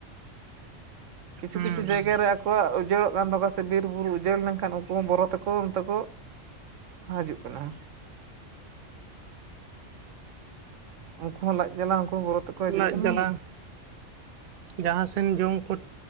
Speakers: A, on the right (about 80°); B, on the right (about 50°).
A: ᱠᱤᱪᱷᱩ
B: ᱦᱩᱸ
A: ᱠᱤᱪᱷᱩ ᱡᱟᱭᱜᱟ
B: ᱦᱩᱸ
A: ᱨᱮ ᱟᱠᱚᱣᱟᱜ ᱩᱡᱟᱹᱲᱚᱜ ᱠᱟᱱ ᱛᱟᱠᱚᱣᱟ ᱥᱮ ᱵᱤᱨ ᱵᱩᱨᱩ ᱩᱡᱟᱹᱲ ᱞᱮᱱᱠᱷᱟᱱ ᱩᱱᱠᱩ ᱦᱚᱸ ᱵᱚᱨᱚ ᱛᱮᱠᱚ ᱚᱱᱛᱮ ᱠᱚ ᱦᱤᱡᱩᱜ ᱠᱟᱱᱟ ᱾ ᱩᱱᱠᱩ ᱦᱚᱸ ᱞᱟᱡ ᱡᱟᱞᱟ ᱩᱱᱠᱩ ᱦᱚᱸ ᱵᱚᱨᱚ ᱛᱮᱠᱚ ᱦᱤᱡᱩᱜ
B: ᱞᱟᱡ
A: ᱠᱟᱱᱟ
B: ᱡᱟᱞᱟ᱾ ᱡᱟᱦᱟᱸᱥᱮᱱ ᱡᱚᱢᱠᱩ